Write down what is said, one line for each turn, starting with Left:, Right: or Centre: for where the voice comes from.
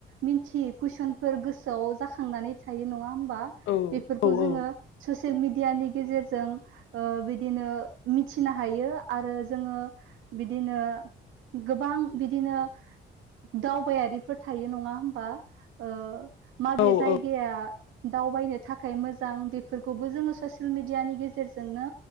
Right: मिनथियि कुइसनफोर गोसोआव जाखांनानै थायो नङा होनबा
Left: औ
Right: बेफोरखौ
Left: औ
Right: जोङो ससियेल मिडियानि गेजेरजों ओ बिदिनो मिथिनो हायो आरो जोङो बिदिनो गोबां बिदिनो दावबायारिफोर थायो नङा होमबा ओ माबे
Left: औ
Right: जायगाया
Left: औ
Right: दावबायनो थाखाय मोजां बेफोरखौबो जोङो ससे ससेल मिडियानि गेजेरजोंनो